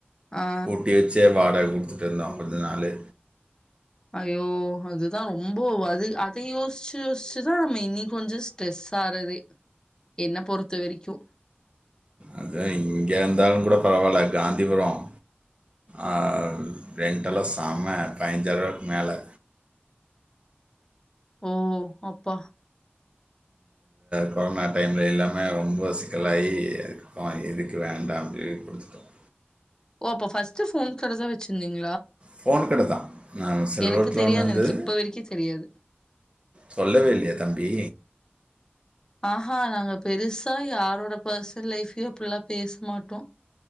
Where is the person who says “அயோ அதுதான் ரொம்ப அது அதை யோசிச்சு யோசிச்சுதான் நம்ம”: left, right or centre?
Left